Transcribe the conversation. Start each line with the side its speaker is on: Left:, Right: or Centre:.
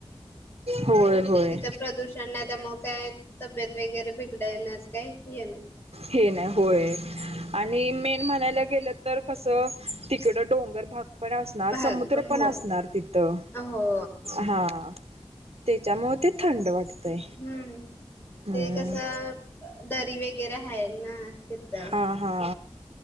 Right: होय होय
Left: थ प्रदूषण नाही त्यामुळे काय तब्येत वगैरे बिघडायण्यास काही हे नाही
Right: हे नाही होय आणि मेन म्हणायला गेलं तर कस तिकड डोंगर भाग पण असणार
Left: भाग
Right: समुद्र
Left: हो
Right: पण असणार तिथं
Left: हो
Right: हा त्याच्यामुळे ते थंड वाटतय
Left: हम्म
Right: हम्म
Left: ते कसं दरी वगैरे आहे ना तिथं
Right: हा हा